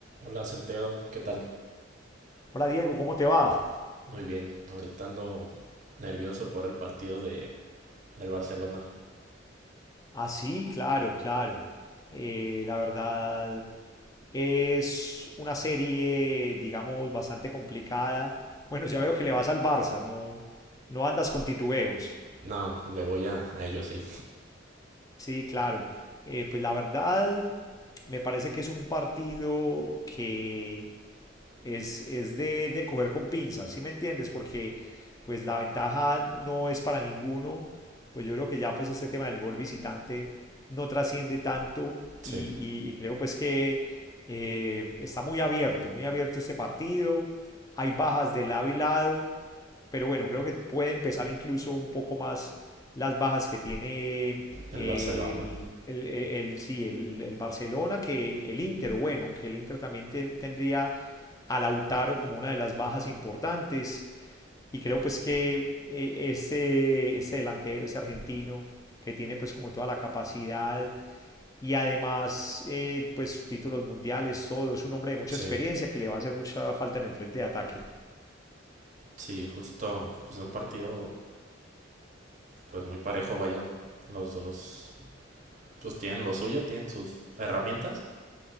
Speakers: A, on the right (about 40°); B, on the left (about 20°).
A: Hola Centeno, ¿qué tal?
B: Hola Diego, ¿cómo te va?
A: Muy bien, ahorita ando nervioso por el partido de, del Barcelona.
B: Ah, sí, claro, claro. Eh, la verdad es una serie, digamos, bastante complicada. Bueno, ya veo que le vas al Barça, no, no andas con titubeos.
A: No, le voy a, a ellos, sí.
B: Sí, claro. Eh, pues la verdad me parece que es un partido que es, es de, de coger con pinzas, ¿sí me entiendes? Porque pues la ventaja no es para ninguno, pues yo creo que ya pues este tema del gol visitante no trasciende tanto
A: Sí,
B: y, y- y creo pues que eh, está muy abierto, muy abierto este partido, hay bajas de lado y lado, pero bueno, creo que puede empezar incluso un poco más las bajas que tiene el,
A: el Barcelona.
B: el, el- sí, el, el el Barcelona que el Inter. O Bueno, aunque el Inter también te- tendría a Lautaro como una de las bajas importantes. Y creo pues que eh, ese, ese delantero, ese argentino, que tiene pues como toda la capacidad y además eh, pues títulos mundiales, todo, es un hombre de mucha
A: Sí,
B: experiencia que le va a hacer mucha falta en el frente de ataque.
A: sí, justo, pues un partido pues muy parejo, vaya. Los dos pues tienen lo suyo, tienen sus herramientas,